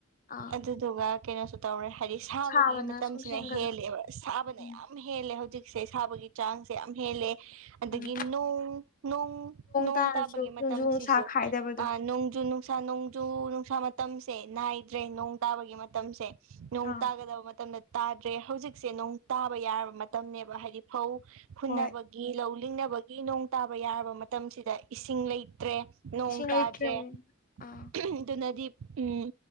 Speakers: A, on the left; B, on the right.
A: ꯑꯥ
B: ꯑꯗꯨꯗꯨꯒ ꯀꯩꯅꯣꯁꯨ ꯇꯧꯔꯦ ꯍꯥꯏꯗꯤ ꯁꯥꯕꯒꯤ
A: ꯁꯥꯕꯅ
B: ꯃꯇꯝꯁꯤꯅ
A: ꯁꯨꯝ ꯍꯦꯟꯒꯠꯂꯛ
B: ꯍꯦꯜꯂꯦꯕ ꯁꯥꯕꯅ
A: ꯎꯝ
B: ꯌꯥꯝ ꯌꯥꯝ ꯍꯦꯜꯂꯦ ꯍꯧꯖꯤꯛꯁꯦ ꯁꯥꯕꯒꯤ ꯆꯥꯡꯁꯦ ꯌꯥꯝ ꯍꯦꯜꯂꯦ ꯑꯗꯒꯤ
A: ꯎꯝ
B: ꯅꯣꯡ
A: ꯇꯥꯔꯁꯨ
B: ꯇꯥꯕꯒꯤ ꯃꯇꯝꯁꯤꯁꯨ
A: ꯅꯣꯡꯖꯨ ꯅꯨꯡꯁꯥ ꯈꯥꯏꯗꯕꯗꯣ
B: ꯑ ꯅꯣꯡꯖꯨ ꯅꯨꯡꯁꯥ ꯅꯣꯡꯖꯨ ꯅꯨꯡꯁꯥ ꯃꯇꯝꯁꯦ ꯅꯥꯏꯗ꯭ꯔꯦ ꯅꯣꯡ ꯇꯥꯕꯒꯤ ꯃꯇꯝꯁꯦ ꯅꯣꯡ
A: ꯑꯥ
B: ꯇꯥꯒꯗꯕ ꯃꯇꯝꯗꯥ ꯇꯥꯗ꯭ꯔꯦ ꯍꯧꯖꯤꯛꯁꯦ ꯅꯣꯡ ꯇꯥꯕ ꯌꯥꯔꯕ ꯃꯇꯝꯅꯦꯕ ꯍꯥꯏꯗꯤ ꯐꯧ ꯍꯨꯟꯅꯕ
A: ꯍꯣꯏ
B: ꯒꯤ ꯂꯧ ꯂꯤꯡꯅꯕꯒꯤ ꯅꯣꯡ ꯇꯥꯕ ꯌꯥꯔꯕ ꯃꯇꯝꯁꯤꯗ ꯏꯁꯤꯡ ꯂꯩꯇ꯭ꯔꯦ ꯅꯣꯡ
A: ꯏꯁꯤꯡ
B: ꯇꯥꯗ꯭ꯔꯦ
A: ꯂꯩꯇ꯭ꯔꯕꯅꯤꯅ ꯑꯥ
B: ꯑꯗꯨꯅꯗꯤ ꯎꯝ